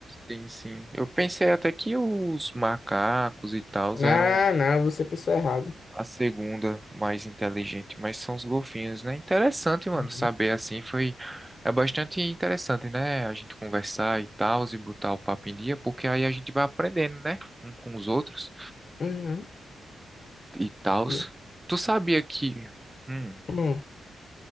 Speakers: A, on the right (about 15°); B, on the left (about 55°).
A: sim, sim. Eu pensei até que os macacos e tal
B: Ah,
A: eram
B: não, você pensou errado.
A: A segunda, mais inteligente, mas são os golfinhos, né? Interessante, mano,
B: Uhum.
A: saber assim foi. É bastante interessante, né? A gente conversar e tal, e botar o papo em dia, porque aí a gente vai aprendendo, né? Um com os outros
B: Uhum.
A: e tal.
B: E-
A: Tu sabia que, hum,
B: Hum.